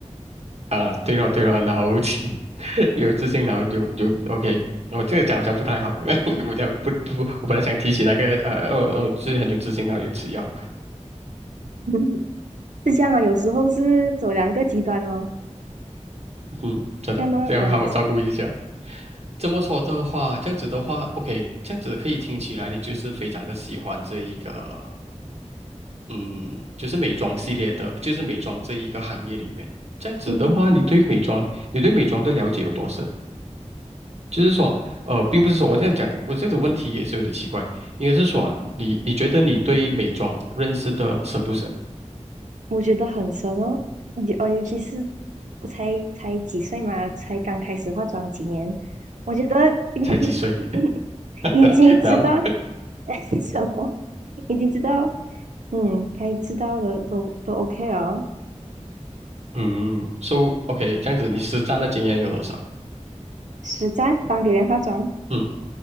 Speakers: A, on the right; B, on the right.
A: 啊，对了对了，然后 <laughs> 有自信，然后有有 OK，我这个讲好像不太好，<laughs> 我讲不不，我本来想提起那个呃，哦哦，自己很有自信，然后有吃药，
B: <laughs> 是这样啊。有时候是走两个极端哦，
A: 嗯，真的，
B: 那么啊，
A: 这要好好照顾一下。这么说的话，这样子的话，OK，这样子可以听起来你就是非常的喜欢这一个，嗯，就是美妆系列的，就是美妆这一个行业里面。这样子的话，
B: 嗯，
A: 你对美妆，你对美妆的了解有多深？就是说，呃，并不是说我这样讲，我这样子问题也是有点奇怪，应该是说你你觉得你对美妆认识的深不深？
B: 我觉得很深哦，尤呃，尤其是我才才几岁嘛，才刚开始化妆几年，我觉得 <laughs>
A: 才几岁？
B: 已经知道
A: <laughs> 然后，
B: <laughs> 什么，已经知道，嗯，该知道的都都 OK 哦。
A: 嗯，so OK，这样子你实战的经验有多少？
B: 实战帮别人化妆，
A: 嗯，